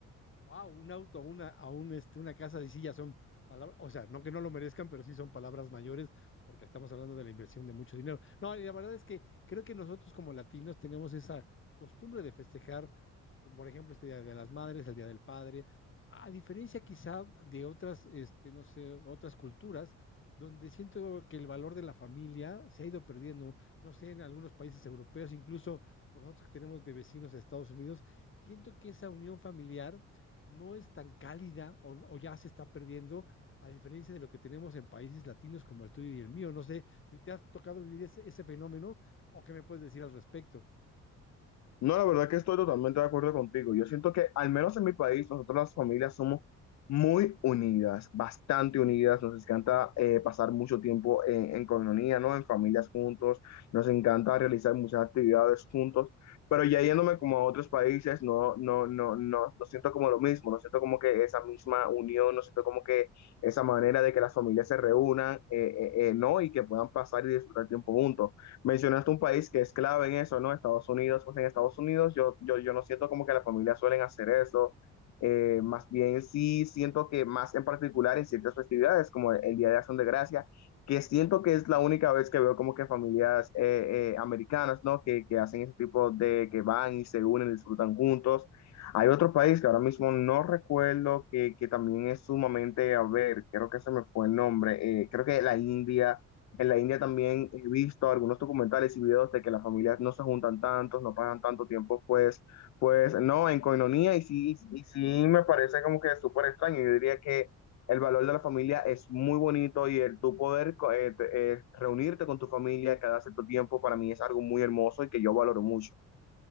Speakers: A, on the left; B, on the left.
A: Wow, un auto, una, a un, este, una casa de sillas son palabras, o sea, no que no lo merezcan, pero sí son palabras mayores porque estamos hablando de la inversión de mucho dinero. No, y la verdad es que creo que nosotros como latinos tenemos esa costumbre de festejar, como por ejemplo este Día de las Madres, el Día del Padre, a diferencia quizá de otras, este, no sé, otras culturas. donde siento que el valor de la familia se ha ido perdiendo, no sé, en algunos países europeos, incluso nosotros que tenemos de vecinos de Estados Unidos, siento que esa unión familiar no es tan cálida o, o ya se está perdiendo, a diferencia de lo que tenemos en países latinos como el tuyo y el mío. No sé si te has tocado vivir ese, ese fenómeno o qué me puedes decir al respecto.
B: No, la verdad que estoy totalmente de acuerdo contigo. Yo siento que, al menos en mi país, nosotros las familias somos muy unidas, bastante unidas. Nos encanta eh, pasar mucho tiempo en, en coinonía, ¿no? En familias juntos. Nos encanta realizar muchas actividades juntos. Pero ya yéndome como a otros países, no, no, no, no, no siento como lo mismo. No siento como que esa misma unión, no siento como que esa manera de que las familias se reúnan, eh, eh, eh, ¿no? Y que puedan pasar y disfrutar tiempo juntos. Mencionaste un país que es clave en eso, ¿no? Estados Unidos, pues en Estados Unidos yo, yo, yo no siento como que las familias suelen hacer eso. Eh, más bien sí siento que más en particular en ciertas festividades como el, el Día de Acción de Gracia, que siento que es la única vez que veo como que familias eh, eh, americanas, ¿no? Que, que hacen ese tipo de, que van y se unen, disfrutan juntos. Hay otro país que ahora mismo no recuerdo, que, que también es sumamente, a ver, creo que se me fue el nombre, eh, creo que la India en la India
A: Ujú.
B: también he visto algunos documentales y videos de que las familias no se juntan tantos, no pasan tanto tiempo, pues, pues, no, en coinonía y sí, y sí me parece como que súper extraño. Yo diría que el valor de la familia es muy bonito y el tu poder co- eh, te- eh, reunirte con tu familia cada cierto tiempo para mí es algo muy hermoso y que yo valoro mucho.